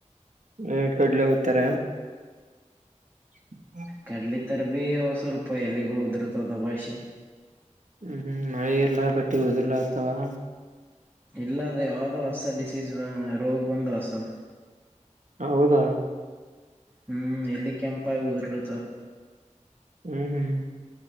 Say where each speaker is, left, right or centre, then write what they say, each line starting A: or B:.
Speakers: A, on the right; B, on the right.
A: ಹ್ಮ್ ಕಡ್ಲ <unintelligible> ಉತರ ಹ <unintelligible>
B: ಕಡ್ಲಿಿತ <unintelligible> ರ ಭೀ ಸ್ವಲ್ಪ ಎಲೆಗಳು ಉದುರುತವದ ಭಾಷೆ
A: ಹ್ಮ್ ಹ್ಮ್ ಮಳೆ ಇಲ್ಲ ಬಟ್ಟಿ ಹದಿಲ್ಲ ಆತವಾ
B: ಇಲ್ಲ ಅದ ಯಾವ್ದೋ ಹೊಸ ಡಿಸೀಸ್ ರೋಗ್ ಬಂದು ಹಸದ
A: ಹೌದಾ
B: ಹ್ಮ್ ಎಲ್ಲಿ ಕೆಂಪಾಯ ಉದರ್ಲುತ <unintelligible>
A: ಹ್ಮ್ ಹ್ಮ್